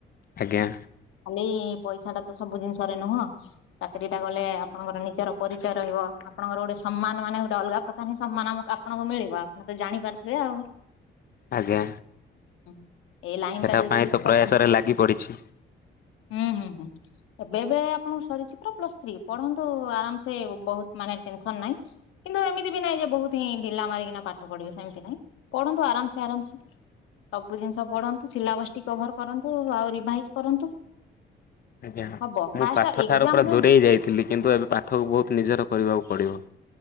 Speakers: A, on the left; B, on the left.
A: ଆଜ୍ଞା
B: ଖାଲି ପଇସା ଟା ତ ସବୁ ଜିନିଷରେ ନୁହଁ। ଚାକିରି ଟା କଲେ ଆପଣଙ୍କର ନିଜର ପରିଚୟ ରହିବ। ଆପଣଙ୍କର ଗୋଟେ ସମ୍ମାନ ମାନେ ଗୋଟେ ଅଲଗା ପ୍ରକାର ହିଁ ସମ୍ମାନ ଆମକୁ ଆପଣଙ୍କୁ ମିଳିବ। ଆପଣ ତ ଜାଣିପାରୁଥିବେ ଆଉ।
A: ଆଜ୍ଞା।
B: ହୁଁ। ଏଇ ଲାଇନ
A: ସେଟା
B: ଟା ଯଦି
A: ପାଇଁ
B: ଚୁଜ୍
A: ତ ପ୍ରୟାସରେ
B: କରିଛନ୍ତି
A: ଲାଗି ପଡ଼ିଛି।
B: ହୁଁ ହୁଁ ହୁଁ। ଏବେ ଏବେ ଆପଣଙ୍କର ସରିଛି ପରା ପ୍ଲସ୍ ଥ୍ରୀ। ପଢ଼ନ୍ତୁ ଆରାମ ସେ ବହୁତ ମାନେ ଟେନସନ ନାହିଁ। କିନ୍ତୁ ଏ ସେମିତି ବି ନାହିଁ ଯେ ବହୁତି ହିଁ ଢିଲା ମାରିକିନା ପାଠ ପଢ଼ିବେ ସେମିତି ନାଇଁ। ପଢ଼ନ୍ତୁ ଆରାମସେ ଆରାମସେ। ସବୁ ଜିନିଷ ପଢ଼ନ୍ତୁ ସିଲାବସ୍ ଟି କଭର କରନ୍ତୁ। ଆଉ ରିଭାଇଜ କରନ୍ତୁ।
A: ଆଜ୍ଞା
B: ହବ ଫାଷ୍ଟ
A: ମୁଁ ପାଠ
B: ଏକ୍ଜାମ
A: ଠାରୁ ପୁରା
B: ଯୋଉ
A: ଦୂରେଇ ଯାଇଥିଲି। କିନ୍ତୁ ଏବେ ପାଠକୁ ବହୁତ ନିଜର କରିବାକୁ ପଡ଼ିବ।